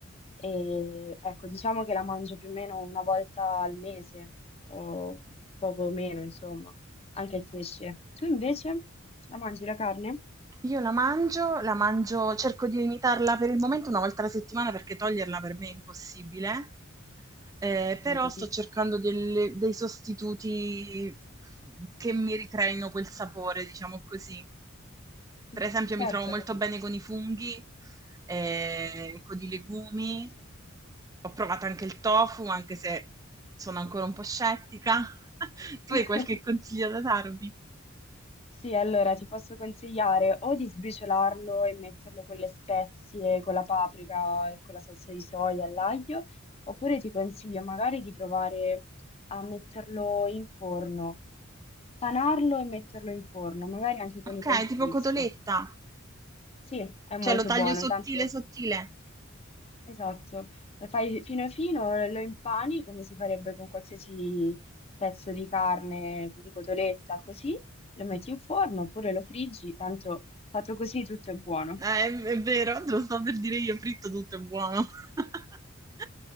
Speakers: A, on the left; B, on the right.
A: E ecco, diciamo che la mangio più o meno una volta al mese o poco meno, insomma, anche il pesce. Tu invece la mangi la carne?
B: Io la mangio, la mangio, cerco di limitarla per il momento una volta alla settimana perché toglierla per me è impossibile. Eh, però
A: No, capisco.
B: sto cercando delle- dei sostituti che mi ricreino quel sapore, diciamo così. Per
A: <laughs>
B: esempio
A: Certo,
B: mi trovo molto
A: capisco.
B: bene con i funghi, ehm, con i legumi.
A: sì.
B: Ho provato anche il tofu, anche se sono ancora un po' scettica. <laughs> Tu
A: <laughs>
B: hai qualche consiglio da darmi?
A: Sì, allora ti posso consigliare o di sbriciolarlo e metterlo con le spezie, con la paprika e con la salsa di soia all'aglio, oppure ti consiglio magari di provare a metterlo in forno, panarlo e metterlo in forno, magari anche con
B: Okay,
A: i cornflakes.
B: tipo cotoletta,
A: Sì, è molto
B: cioè lo taglio
A: buono,
B: sottile,
A: tanto
B: sottile.
A: Esatto, lo fai fino fino, lo impani come si farebbe con qualsiasi pezzo di carne, di cotoletta, così, lo metti in forno oppure lo friggi, tanto fatto così tutto è buono.
B: Eh, è è vero, te lo stavo per dire io, fritto tutto è buono. <laughs>